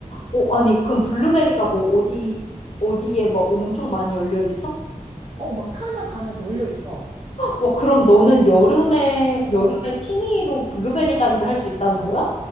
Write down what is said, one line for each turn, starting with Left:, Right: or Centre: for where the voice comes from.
Left: 오, 아니, 그럼 블루베리가 뭐 어디, 어디에 막 엄청 많이 열려 있어?
Right: 어, 막 산에 가면 놀려 있어.
Left: 와, 그럼 너는 여름에, 여름에
Right: 어,
Left: 취미로 블루베리 따기를 할 수 있다는 거야?